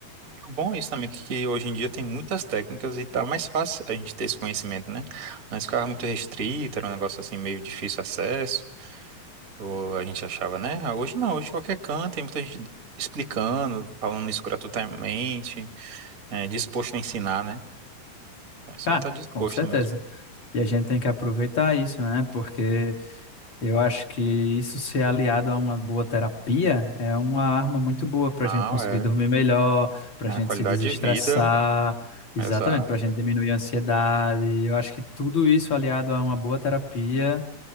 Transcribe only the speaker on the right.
O bom é isso também, que que hoje em dia tem muitas técnicas e tá mais fácil a gente ter esse conhecimento, né? Antes ficava muito restrito, era um negócio assim meio difícil de acesso, ou a gente achava, né? Ah, Hoje não, hoje qualquer canto, tem muita gente explicando, falando isso gratuitamente, é, disposto a ensinar, né? Então, É só
estar disposto
mesmo.
Não,
é.
É
a qualidade
de vida,
exato.